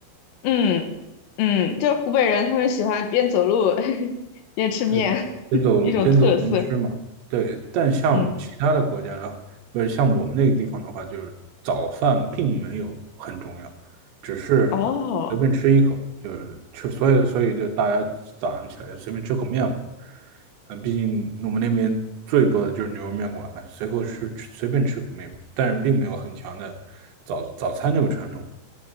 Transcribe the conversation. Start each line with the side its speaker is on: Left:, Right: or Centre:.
Left: 嗯嗯，就是湖北人他们喜欢边走路 <laughs> 边吃面，
Right: 对，边走路边走边吃嘛。
Left: <laughs> 一种特色。
Right: 对，但像其他的国家的话不是像我们那个地方的话，
Left: 嗯，
Right: 就是早饭并没有很重要，只是随便吃一口，
Left: 哦。
Right: 就是吃，所以所以就大家早上起来就随便吃口面嘛。啊，毕竟我们那边最多的就是牛肉面馆了，随后吃随便吃口面，但是并没有很强的早早餐这个传统。